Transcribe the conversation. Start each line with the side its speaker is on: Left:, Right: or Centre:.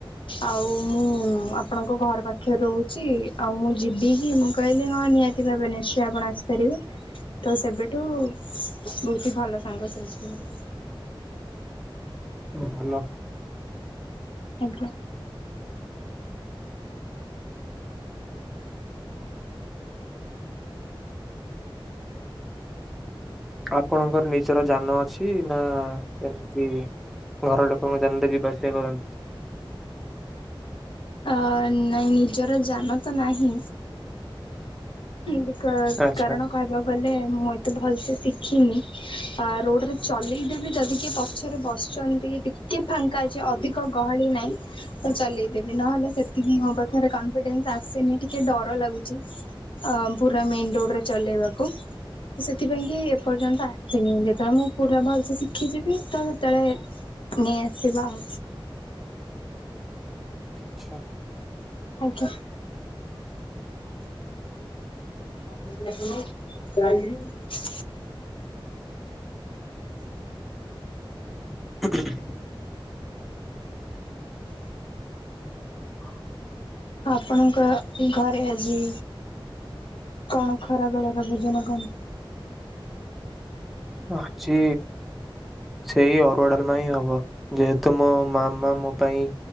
Left: ଆଉ ମୁଁ ଆପଣଙ୍କ ଘର ପାଖ ପାଖେ ରହୁଛି। ଆଉ ମୁଁ ଯିବି କି? ମୁଁ କହିଲି ହଁ ନିହାତି ଭାବେ ନିଶ୍ଚୟ ଆପଣ ଆସିପାରିବେ। ତ ସେବେଠୁ ବହୁତି ହି ଭଲ ସାଙ୍ଗ ସେ ଅଛି ମୋର।
Centre: ହଁ ଭଲ।
Left: ଆଜ୍ଞା।
Centre: ଆପଣଙ୍କର ନିଜର ଯାନ ଅଛି? ନା ସେମିତି ପର ଲୋକଙ୍କ ଯାନ ରେ ଯିବା ଆସିବା କରନ୍ତି?
Left: ଅ ନାଇଁ ନିଜର ଜାନ ତ ନାହିଁ ବିକଜ
Centre: ଆଚ୍ଛା
Left: କାରଣ କହିବା କଲେ ମୁଁ ଏତେ ଭଲ ସେ ଶିଖିନି, ଆ ରୋଡରେ ଚଲେଇଦେବି ଯଦି କିଏ ପଛରେ ବସଚନ୍ତି ଟିକେ ଫାଙ୍କା ଅଛି ଅଧିକ ଗହଳି ନାଇଁ। ମୁଁ ଚଲେଇଦେବି। ନହେଲେ ସେତିକି ମୋ ପାଖରେ କନଫିଡେନ୍ସ ଆସିନି ଟିକେ ଡର ଲାଗୁଛି। ଅ ପୁରା ମେନ୍ ରୋଡରେ ଚଲେଇବାକୁ ତ ସେଥିପାଇଁ କି ଏପର୍ଯ୍ୟନ୍ତ ଆସିନି। ଯେତେବେଳେ ମୁଁ ପୁରା ଭଲସେ ଶିଖିଯିବି ତ ସେତେଳେ ନେଇ ଆସିବା ଆଉ।
Centre: ଆଚ୍ଛା।
Left: ଆଜ୍ଞା। <unintelligible>
Centre: <unintelligible> ହଁ
Left: ଆପଣଙ୍କର ଘରେ ଆଜି କଣ ଖରାବେଳର ଭୋଜନ କମ
Centre: ଆଜି ସେଇ ଅରୁଆ ଡାଲମା ହିଁ ହବ। ଯେହେତୁ ମୋ ମାମା ମୋ ପାଇଁ